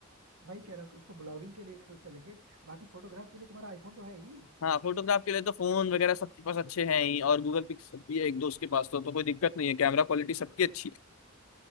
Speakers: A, on the right; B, on the left.
A: वही कह रहा हूँ कि उसको ब्लॉगिंग के लिए यूज कर लेंगे बाकी फोटोग्राफ के लिए तुम्हारा आईफोन तो है ही
B: हाँ फोटोग्राफ के लिए तो फोन वगैरह सबके पास अच्छे हैं ही और गूगल पिक्स भी है एक दोस्त के पास तो, तो कोई दिक्कत नहीं है कैमरा क्वालिटी सबकी अच्छी है